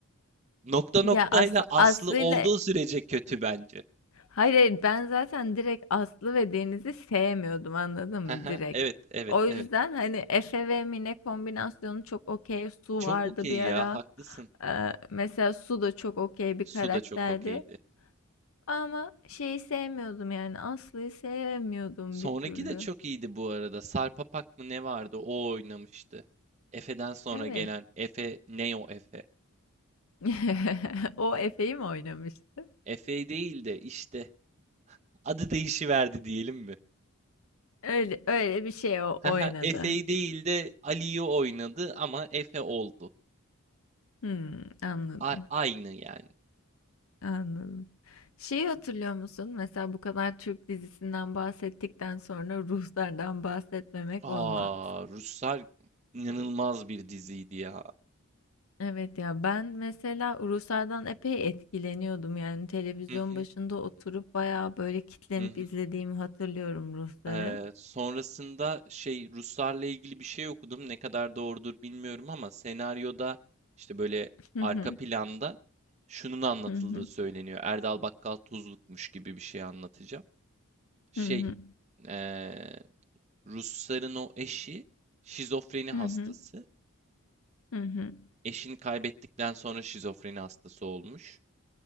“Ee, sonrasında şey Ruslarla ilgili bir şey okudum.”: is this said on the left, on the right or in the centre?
Right